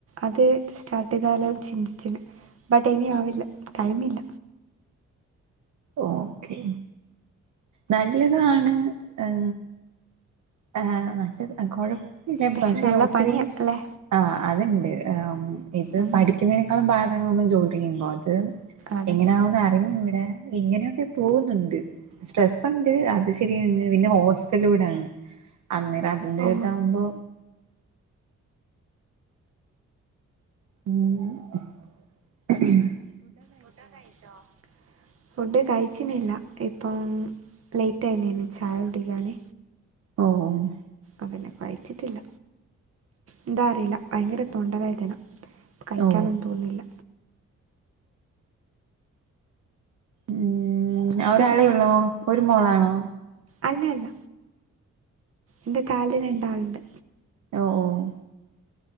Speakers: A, on the right (about 50°); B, on the right (about 75°).
A: അത് സ്റ്റാർട്ടെയ്താലോ ചിന്തിച്ചീന് ബട്ട് ഇനിയാവില്ല ടൈമില്ല
B: ഓക്കെ നല്ലതാണ് ഹ് ആഹ് നല്ലത് കുഴപ്പില്ല
A: പക്ഷെ
B: പഷെ
A: നല്ല
B: ഒത്തിരി
A: പണിയാ അല്ലേ
B: ആഹ് അതൊണ്ട് ഉം ഇത്
A: ഉം
B: പഠിക്കുന്നതിനേക്കാളും പാടാണ് നമ്മള് ജോലി ചെയ്യുമ്പോ അത്
A: അതന്നെ
B: എങ്ങനെയാവുന്നറിഞ്ഞൂടാ ഇങ്ങനെയൊക്കെ പോവുന്നുണ്ട് സ്ട്രെസ്സുണ്ട് അത് ശരിയാണ് പിന്നെ ഹോസ്റ്റലൂടാണ് അന്നേരം അതിന്റെ
A: ഓ
B: ഇതാവുമ്പോ ഉംഹ്
A: ഫുഡൊക്കെ കഴിച്ചോ ഫുഡ് കഴിച്ചിനില്ല ഇപ്പം ലേറ്റ് ആയിണ്ടേനി ചായുടിക്കാന്
B: ഓഹ്
A: അപ്പപ്പിന്നേ കഴിച്ചിട്ടില്ല. എന്താ അറീല ഭയങ്കര തൊണ്ടവേദന കയ്ക്കാനൊന്നും
B: ഓ
A: തോന്നുന്നില്ല
B: ഉം ഒരാളെ
A: പിന്നെ
B: ഉള്ളൂ ഒരു മോളാണോ
A: അല്ല അല്ല ന്റെ താല് രണ്ടാളുണ്ട്
B: ഓ ഓഹ്